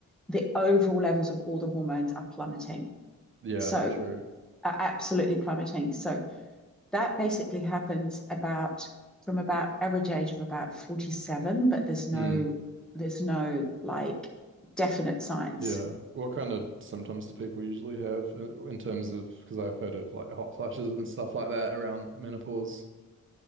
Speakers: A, in the centre; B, on the right (about 40°).
A: the overall levels of all the hormones are plummeting.
B: Yeah,
A: So,
B: true.
A: are absolutely plummeting. So, that basically happens about from about average age of about 47, but there's no
B: Mm,
A: there's no like definite science.
B: yeah. What kind of symptoms do people usually have uh, in terms of, because I've heard of like hot flashes and stuff like that around menopause.